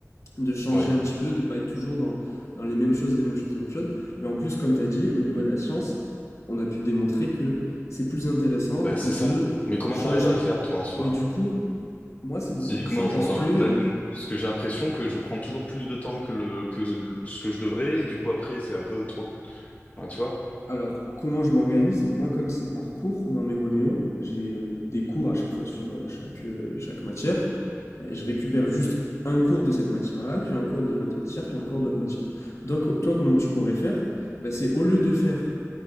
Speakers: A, on the left; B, on the left.
A: de changer
B: ouais.
A: un petit peu, de pas être toujours dans, dans les mêmes choses, les mêmes choses, les mêmes choses. Mais en plus, comme tu as dit, au niveau de la science, on a pu démontrer que c'est plus intéressant
B: Bah c'est
A: de
B: ça. Mais comment
A: changer.
B: t'arrives à le faire toi en soi?
A: Mais du coup, moi, c'est beaucoup
B: Physiquement,
A: plus simple
B: genre
A: parce
B: dans
A: que,
B: le planning. Parce que j'ai l'impression que je prends toujours plus de temps que le que le- ce que je devrais, et du coup après c'est un peu trop. Enfin, tu vois?
A: alors, comment je m'organise? Moi, comme c'est par cours dans mes Ronéo, j'ai euh, des cours à chaque fois sur euh, chaque, euh, chaque matière. Ben, je récupère juste un cours de cette matière-là, puis un cours de l'autre matière, puis un cours de l'autre matière. Donc, toi, comment tu pourrais faire? Ben, c'est au lieu de faire